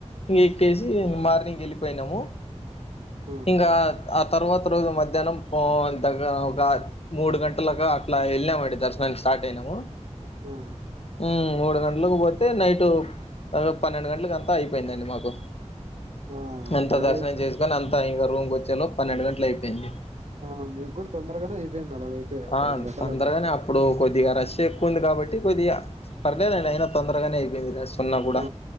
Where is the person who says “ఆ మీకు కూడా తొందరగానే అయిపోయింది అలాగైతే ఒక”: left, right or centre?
Right